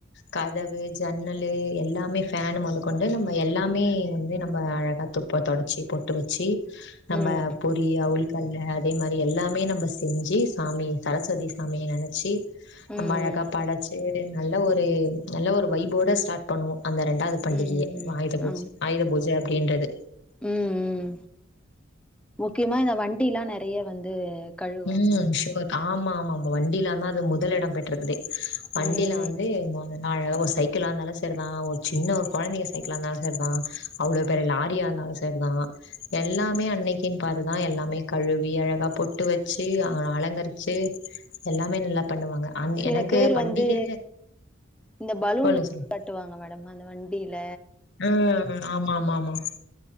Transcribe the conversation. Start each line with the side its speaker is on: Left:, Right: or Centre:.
Left: கதவு ஜன்னலு எல்லாமே ஃபேன் மொதகொண்டு நம்ம எல்லாமே வந்து நம்ம அழகா தொ ப தொடச்சி பொட்டு வச்சி நம்ம
Centre: ம்
Left: பொறி அவுள் கல்ல அதே மாரி எல்லாமே நம்ம செஞ்சு சாமி சரஸ்வதி சாமிய நெனச்சி
Centre: ம்
Left: நம்ம அழகா
Centre: ம்
Left: படச்சு நல்ல ஒரு நல்ல ஒரு வைபோட ஸ்டார்ட் பண்ணுவோ அந்த ரெண்டாவ்து பண்டிகிய
Centre: ம் ம்
Left: ஆயுத பூஜ
Centre: ஆ
Left: ஆயுத பூஜ அப்டின்றது
Centre: ம் ம் முக்கிமா இந்த வண்டில்லா நெறய வந்து கழுவுவாங்க
Left: ம்
Centre: மேடம்
Left: சுவர்க் ஆமா ஆமாம வண்டியில்ல தா அது முதல் இடம் பெற்றதுலே வண்டில
Centre: ம்
Left: வந்து மொத அழகா ஒரு சைக்கிளா இருந்தாலு சரிதா ஒரு சின்ன ஒரு குழந்தைங்க சைக்கிளா இருந்தாலு சரி தா அவ்வளோ பெரிய லாரியா இருந்தாலு ச சரிதா எல்லாமே அன்னைக்கின் பாதுதா எல்லாமே கழுவி அழகா பொட்டு வச் ச்சி அலங்கரிச்சு எல்லாமே நல்லா பண்ணுவாங்க அந்
Centre: சில
Left: எனக்கு
Centre: பேரு
Left: பண்டிகை
Centre: வந்து இந்த பலூன்ல
Left: சொல்லுங்க சொல்லுங்க
Centre: கட்டுவாங்க மேடம் அந்த வண்டியில
Left: ம் ஆமா ஆமா ஆமா